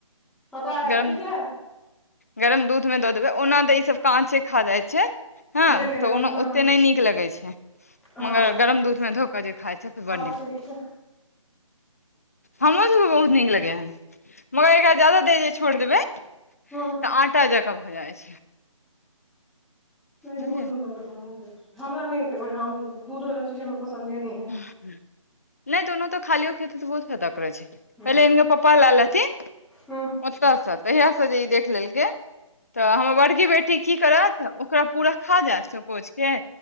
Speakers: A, in the centre; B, on the left (about 30°).
A: पता है
B: गरम
A: ठीक है
B: गरम दूध मे दऽ ओना तऽ ई सब काँचे खा जाइ छै ह
A: नहि गल
B: तऽ ओ
A: हँ
B: ओते
A: हँ
B: नइ नीक लगै छै
A: हँ
B: मगर
A: हँ
B: गरम
A: ठीक
B: दूधमे धो कऽ जे खाइ छै सेऽ
A: हँ
B: बड़ नीक
A: ठीक छै
B: हमरो सबके बहुत नीक लगे हन मगर एकरा जाद देर छोड़ देबै तऽ
A: हँ
B: आटा जक भऽ जाइ छै
A: नइ
B: बुझलियै
A: दूधमे दक तऽ हमहूं खाइ छी हमरा नय ओतै बड़िया हम दूध वालला चीज हमरा पसन्दे नय यै
B: नय तऽ ओनाहियो खालियो खेते तऽ बहुत फायदा करै छै पहिले
A: हँ
B: एनकर पप्पा ले लथिन
A: हँ
B: ओतयसँ तहियसँ जे ई देख लेलकै तऽ हमर बड़की बेटी की करत तऽ ओकरा पूरा खा जायत चकोच के